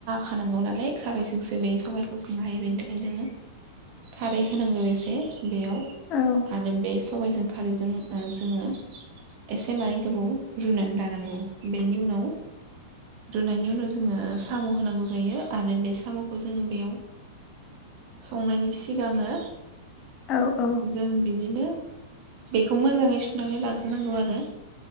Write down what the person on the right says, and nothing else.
नांगौ नालाय खारैजोंसो बे सबायखौ संनो हायो बेनि थाखायनो जोङो खारै होनांगौ एसे बेयाव
आरो बे सबायजों खारैजों जोङो एसे मानैे गोबाव रुनानै लानांगौ बेनि उनाव रुनायनि उनाव जोङो साम' होनां नांगौ जायो आरो बे साम'खौ जोङो बेयाव संनायनि सिगाङो
जों बिदिनो बेखौ मोजाङै सुनानै लाग्रोनांगौ आरो